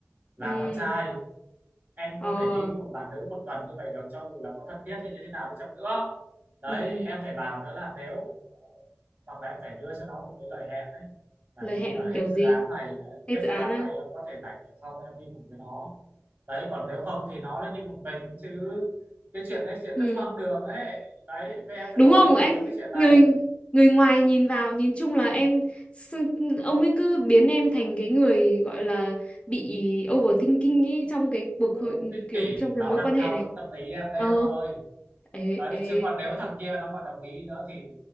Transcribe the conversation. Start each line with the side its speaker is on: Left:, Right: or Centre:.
Right: là
Left: ừ
Right: con trai em
Left: ờ
Right: không thể đi với một bạn nữ một tuần như vậy được cho dù là có thân thiết hay như thế nào đi chăng nữa đấy
Left: ừ
Right: em phải bảo nữa là nếu hoặc là em phải đưa cho nó một cái lời hẹn đấy là
Left: lời
Right: ví
Left: hẹn
Right: dụ là hết
Left: kiểu
Right: dự
Left: gì
Right: án này là
Left: hay
Right: hết
Left: dự
Right: dự
Left: án
Right: án
Left: à
Right: này em có thể rảnh được không em đi cùng với nó đấy còn nếu không thì nó lên đi một mình chứ cái chuyện đấy chuyện
Left: ừ
Right: rất hoang đường ấy đấy với em phải
Left: đúng
Right: có
Left: không
Right: đồng
Left: anh
Right: minh trong cái chuyện này
Left: người người ngoài nhìn vào nhìn chung là em s- ông ấy cứ biến em thành cái người gọi là bị overthinking ấy trong cái cuộc
Right: ừ,
Left: hội
Right: ích
Left: kiểu
Right: kỷ
Left: trong cái
Right: nó
Left: mối
Right: đang
Left: quan hệ
Right: thao
Left: này
Right: túng tâm lý em đấy
Left: ờ
Right: em ơi
Left: ê
Right: đấy
Left: ê
Right: chứ còn nếu thằng kia nó mà đồng ý nữa thì